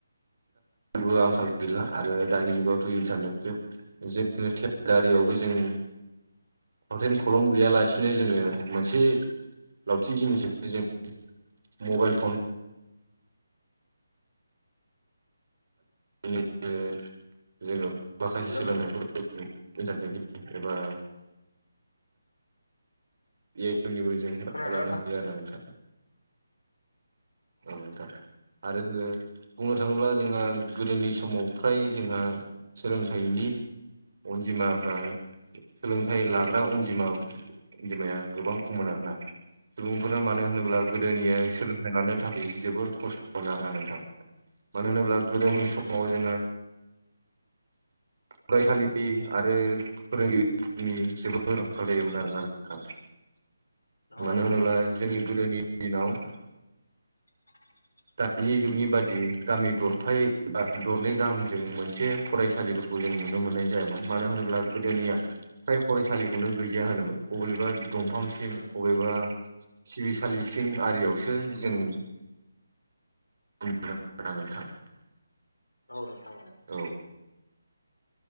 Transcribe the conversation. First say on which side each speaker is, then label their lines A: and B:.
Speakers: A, on the right; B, on the left.
A: जेबो आंखाल गैला आरो दानि जुगावथ' इन्टारनेट जुग जोङो थेेलारियावबो जों फावथेन खलम गैयालासिनो जोङो मोनसे लावथि जिनिसजोंनो जों मबाइल फन <unintelligible> जोङो माखासे
B: हेलौ
A: सोलोंथाइ
B: नों
A: इन्टारनेट एबा जेनिबो जों हेफाजाब
B: खोनादोंना
A: लानो हायो आरोना नोंथां औ नोंथां आरो जों बुंनो थाङोब्ला जोंहा गोदोनि समाव फ्राय जोंहा सोलोंथाइनि अनजिमाफ्रा सोलोंथाइ लाग्रा अनजिमा अमाया गोबां खमलांदोंना सुबुंफोरा मानो होनोब्ला
B: औ नोंथां
A: गोदोनिया सोलोंथाइ लानो थाखाय जोबोर खस्थ'मोन आरा नोंथां मानो होनोब्ला गोदोनि
B: औ नोंथां
A: समाव जोङो फरायसालि आरो फोरोंगिरि नि जबो र रंख जायोमोन आरोना <inaudible>
B: औ
A: मानो
B: नोंथां
A: होनोब्ला जोंनि गोदोनि दिनाव
B: <inaudible>
A: दानि जुगनि बादि गामि दरफायै बा दरनै गाहामजों मोनसे फरायसालि जों नुनो मोननाय जायामोन मानो होनोब्ला गोदोनिया फ्राय फरायसालिखौनो गैजाया होनोमोन अबेबा दंफां
B: औ
A: सिं अबेबा सिबिसालि सिं आरियावसो जों ग नथ <inaudible>
B: औ नोंथां
A: औ